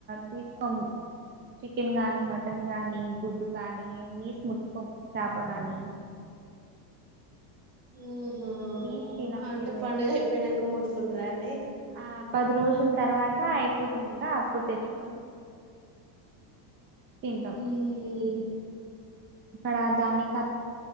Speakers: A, on the right; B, on the right.
A: తీసుకోము చికెన్ గానీ మటన్ గాని గుడ్డు కాని నీస్ ముట్టుకోం చాప గాని
B: ఓహో
A: నీస్ తినం
B: అంటే
A: ఇవే
B: పండగ అయిపోయినాక ముట్టుకుంటార అండి
A: ఆ పది రోజుల తర్వాత అయిపోతుందిగా అప్పుడు తెచ్చు తింటాం
B: హుమ్మ్
A: ఇక్కడ దాన్ని కత్